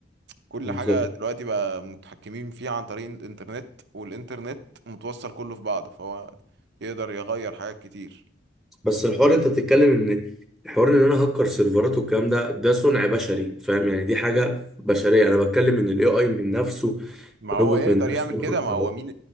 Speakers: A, on the right; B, in the centre.
A: كل
B: بالظبط
A: حاجة دلوقتي بقى متحكمين فيها عن طريق الإنترنت والإنترنت متوصل كله في بعضه فهو يقدر يغير حاجات كتير
B: بس الحوار انت بتتكلم ان الحوار ان انا هكر سيرفرات والكلام ده ده صنع بشري فاهم يعني دي حاجه بشريه انا بتكلم ان الاي اي من نفسه
A: ما هو
B: روبوت
A: يقدر
B: من نفسه
A: يعمل كده
B: ياخد
A: ما
B: قرار
A: هو مين